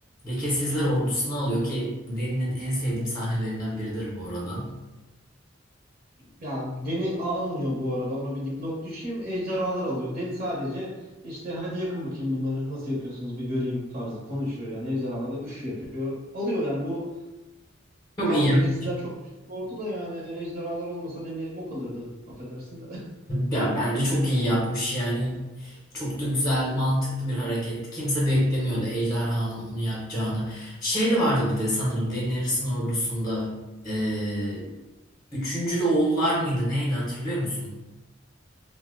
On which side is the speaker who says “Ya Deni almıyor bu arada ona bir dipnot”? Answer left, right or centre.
Right